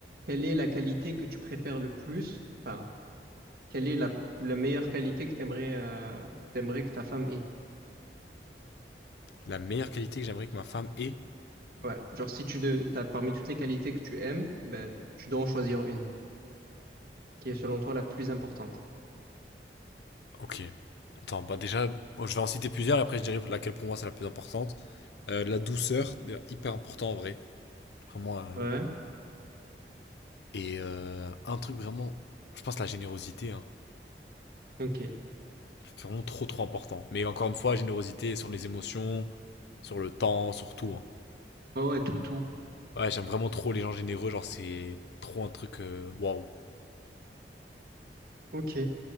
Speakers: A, on the right; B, on the left.
A: quelle est la qualité que tu préfères le plus? Enfin, quelle est la, la meilleure qualité que t'aimerais euh, t'aimerais que ta femme ait?
B: La meilleure qualité que j'aimerais que ma femme ait?
A: Ouais, genre si tu de... t'as parmi toutes les qualités que tu aimes, ben, tu dois en choisir une. qui est selon toi la plus importante.
B: Ok. Attends, bah déjà, bon, je vais en citer plusieurs, et après je dirai laquelle pour moi c'est la plus importante. Euh, la douceur, d'ailleurs, hyper important en vrai. Vraiment. euh,
A: Ouais,
B: Et euh, un truc vraiment, je pense la générosité. hein.
A: ok.
B: C'est vraiment trop trop important. Mais encore une fois, générosité sur les émotions, sur le temps, sur tout. hein.
A: Ouais, ouais, tout, tout.
B: Ouais, j'aime vraiment trop les gens généreux, genre c'est trop un truc euh, waouh.
A: Ok,